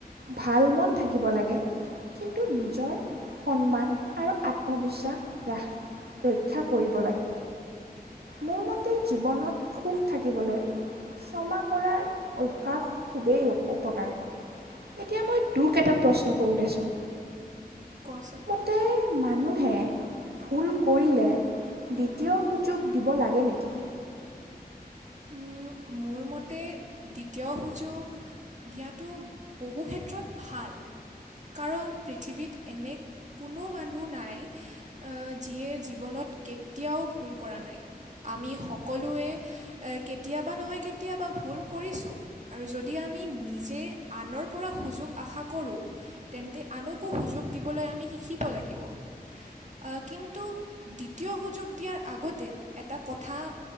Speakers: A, on the right; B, on the right.
A: ভাল মন থাকিব লাগে। কিন্তু নিজৰ সন্মান আৰু আত্মবিশ্বাস ৰাস- ৰক্ষা কৰিব লাগে। মোৰ মতে জীৱনত সুখ থাকিবলৈ- ক্ষমা কৰাৰ অভ্যাস খুবেই উপকাৰী। এতিয়া মই তোক এটা প্ৰশ্ন কৰোঁ দেচোন?
B: কচোন।
A: প্ৰাই মানুহে ভুল কৰিলে দ্বিতীয় সুযোগ- দিব লাগে নেকি?
B: উম, মোৰ মতে দ্বিতীয় সুযোগ- দিয়াটো বহু ক্ষেত্ৰত ভাল, কাৰণ পৃথিৱীত এনে- কোনো মানুহ নাই, এহ যিয়ে জীৱনত কেতিয়াও ভুল কৰা নাই। আমি সকলোৱে এহ কেতিয়াবা নহয় কেতিয়াবা ভুল কৰিছোঁ। আৰু যদি আমি নিজে আনৰ পৰা সুযোগ আশা কৰোঁ, তেন্তে আনকো সুযোগ দিবলৈ আমি শিকিব লাগিব। আ কিন্তু দ্বিতীয় সুযোগ দিয়াৰ আগতে এটা কথা-